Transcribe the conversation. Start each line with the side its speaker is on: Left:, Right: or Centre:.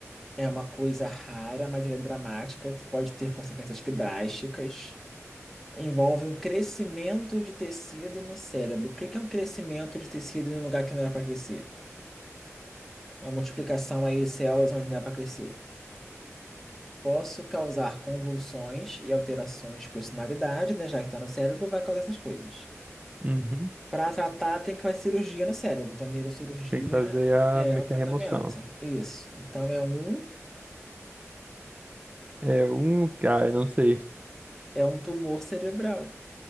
Centre: é uma coisa rara, mas ela é dramática, pode ter consequências que drásticas. Envolve um crescimento de tecido no cérebro. O que que é um crescimento de tecido em um lugar que não era para crescer? uma multiplicação aí de células onde não é para crescer. Posso causar convulsões e alterações de personalidade, né? Já que está no cérebro, vai causar essas coisas.
Right: uhum.
Centre: Para tratar, tem que fazer cirurgia no cérebro. Então, neurocirurgia
Right: Tem que fazer a,
Centre: é
Right: meio
Centre: o
Right: que
Centre: tratamento.
Right: a remoção.
Centre: Isso. Então, é um,
Right: É um, cara, não sei.
Centre: é um tumor cerebral.